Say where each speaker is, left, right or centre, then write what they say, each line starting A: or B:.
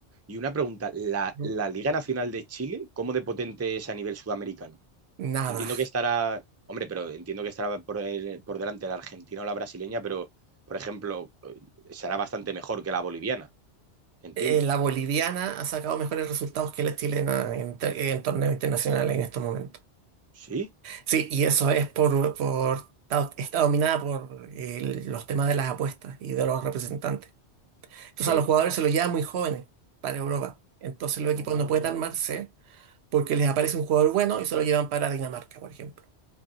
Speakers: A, on the right; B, on the right.
A: y una pregunta, ¿la,
B: Ujú.
A: la Liga Nacional de Chile, cómo de potente es a nivel sudamericano?
B: Nada.
A: Entiendo que estará, hombre, pero entiendo que estará por, el- por delante la argentina o la brasileña, pero, por ejemplo, eh, será bastante mejor que la boliviana, entiendo.
B: Eh, la boliviana ha sacado mejores resultados que la chilena en, te- en torneos internacionales en estos momentos.
A: ¿Sí?
B: Sí, y eso es por, por está está dominada por el- los temas de las apuestas y de los representantes. Entonces
A: Eh,
B: a los jugadores se los lleva muy jóvenes para Europa. Entonces los
A: no-
B: equipos no pueden armarse porque les aparece un jugador bueno y se lo llevan para Dinamarca, por ejemplo.